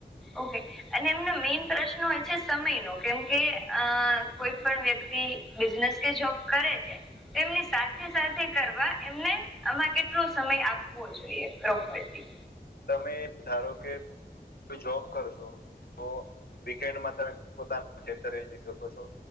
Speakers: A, in the centre; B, on the left.
A: ઓકે. અને એમનો મેઇન પ્રશ્ન હોય છે સમયનો કેમ કે અહ કોઈ પણ વ્યક્તિ બિઝનેસ કે જોબ કરે છે તો એમની સાથે સાથે કરવા એમને આમાં કેટલો સમય આપવો જોઈએ પ્રોપરલી?
B: તમે એ ધારો કે કોઈ જોબ કરશો તો તો વીકેન્ડમાં તમે પોતાના ખેતરે જઈ શકો છો.